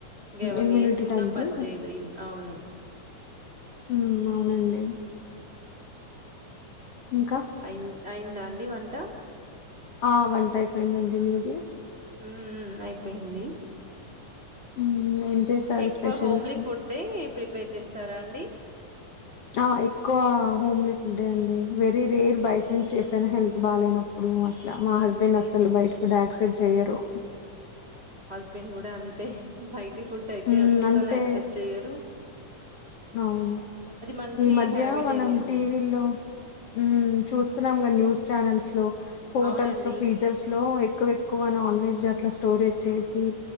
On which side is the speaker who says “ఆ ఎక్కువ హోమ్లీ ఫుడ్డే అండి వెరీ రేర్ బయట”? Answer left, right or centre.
Left